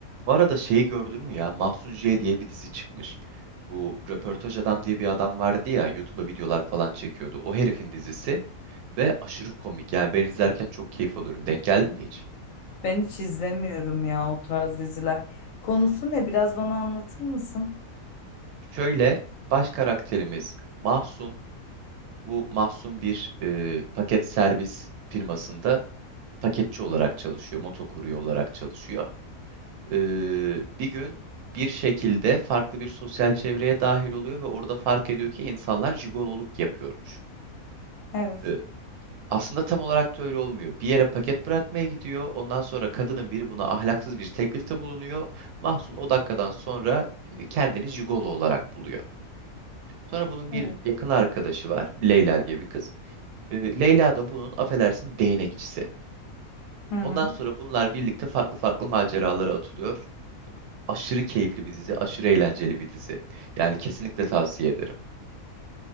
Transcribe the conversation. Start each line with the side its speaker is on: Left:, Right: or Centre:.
Right: Bu arada şeyi gördün mü ya? Mahsun J diye bir dizi çıkmış. Bu Röportaj Adam diye bir adam vardı ya YouTube'a videolar falan çekiyordu. O herifin dizisi ve aşırı komik. Yani ben izlerken çok keyif alıyorum. Denk geldin mi hiç?
Left: Ben hiç izlemiyorum ya o tarz diziler. Konusu ne? Biraz bana anlatır mısın?
Right: Şöyle baş karakterimiz Mahsun. Bu Mahsun bir e, paket servis firmasında paketçi olarak çalışıyor. Motokurye olarak çalışıyor. E, bir gün bir şekilde farklı bir sosyal çevreye dahil oluyor ve orada fark ediyor ki insanlar jigololuk yapıyormuş.
Left: Evet.
Right: E, Aslında tam olarak da öyle olmuyor. Bir yere paket bırakmaya gidiyor. Ondan sonra kadının biri buna ahlaksız bir teklifte bulunuyor. Mahsun o dakikadan sonra e, kendini jigolo olarak buluyor. Sonra bunun bir
Left: Evet.
Right: yakın arkadaşı var. Leyla diye bir kız. E, Leyla da bunun affedersin değnekçisi.
Left: Hı hı.
Right: Ondan sonra bunlar birlikte farklı farklı maceralara atılıyor. Aşırı keyifli bir dizi, aşırı eğlenceli bir dizi. Yani kesinlikle tavsiye ederim.